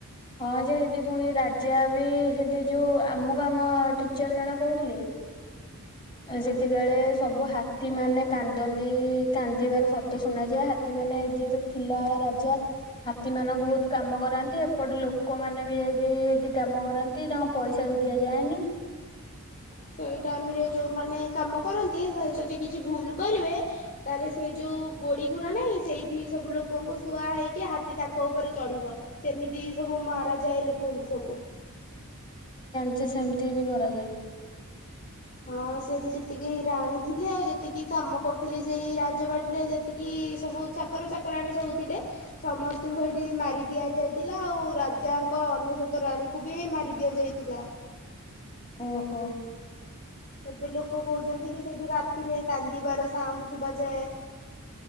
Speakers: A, on the left; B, on the left.
A: ହଁ ଯେ ହେଠି ପୁଣି ରାଜା ବି ସେଠି ଯୋଉ ଆମକୁ ଆମ ଟିଚର୍ ଜଣ କୋହୁଥୁଲେ
B: ହୁଁ
A: ସେତିକାଳେ ସବୁ ହା ତୀ ମାନେ କାନ୍ଦନ୍ତିି କାନ୍ଦିବାର ଶବ୍ଦ ଶୁଣାଯାଏ ହାତୀମାନୋନେ ଯେେତ ଥିଲାବେଳେ ରାଜା ହାତୀ ମାନଙ୍କୁ ବହୁତ କାମ କରାନ୍ତି ଏ ପଟେ ଲୋକମାନୋନେ ବି ଯାଇକି ସେଠି କାମ କରନ୍ତି ତାଙ୍କୁ ପଇସା ବି ଦିଆଯାଏନି।
B: ସେଇ ଟାଇମ ରେ ଯୋଉମାନୋନ କାମ କରନ୍ତି ଯଦି କିଛି ଭୁଲ କରିବେ ତାହେଲେ ସେଇ ଯୋଉ ଗୋଡିଗୋୁରା ନାହିଁ ସେଇଠି ସବୁ ଲୋକଙ୍କୁ ଶୁଆ ହେଇକି ହାତୀ ତାଙ୍କ ଉପରେ ଚଢିବ। ସେମିତି ସବୁ ମାରା ଯାଏ ଲୋକଙ୍କୁ ସବୁ।
A: କିଛି ସେମିତି ବି କରାଯାଏ।
B: ହଁ ସେଠି ଯେତିକି ରାଣୀ ଥିଲେ ଆଉ ଯେତିକି କାମ କରୁଥିଲେ ସେଇ ରାଜବାଟରେ ଯେତିକି ସବୁ ଚାକର ଚାକରାଣୀ ସବୁ ଥିଲେ ସମସ୍ତଙ୍କୁ ସେଇଠି ମାରି ଦିଆ ଯାଇଥିଲା। ଆଉ ରାଜାଙ୍କ ଅନେଶତ ରାଣୀଙ୍କୁ ବି ମାରି ଦିଆ ଯାଇଥିଲା।
A: ଓହୋ।
B: ଏବେ ଲୋକ କହୁଛନ୍ତି କି ସେଇଠୁ ରାତିରେ କାନ୍ଦିବାର ସାଉଣ୍ଡ ଶୁଭାଯାଏ।